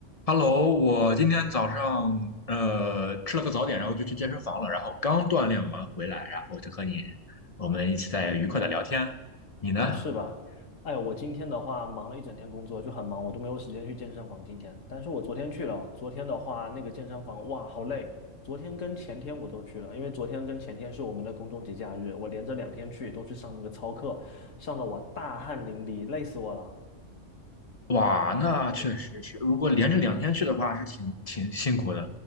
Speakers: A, on the left; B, on the left.
A: Hello，我今天早上呃吃了个早点，然后就去健身房了，然后刚锻炼完回来，然后就和你我们一起在愉快的聊天。你呢？
B: 哦，是吧？哎我今天的话忙了一整天工作，就很忙，我都没有时间去健身房今天。但是我昨天去了，昨天的话那个健身房，哇，好累。昨天跟前天我都去了，因为昨天跟前天是我们的公众节假日，我连着两天去，都去上那个操课，上的我大汗淋漓，累死我了。
A: 哇，那确实是，如果连着两天去的话，是挺挺辛苦的，